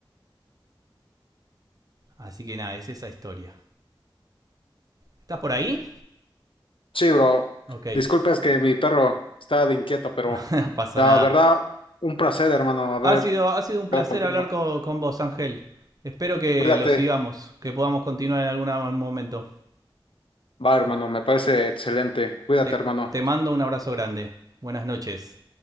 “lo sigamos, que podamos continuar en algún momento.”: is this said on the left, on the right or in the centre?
Right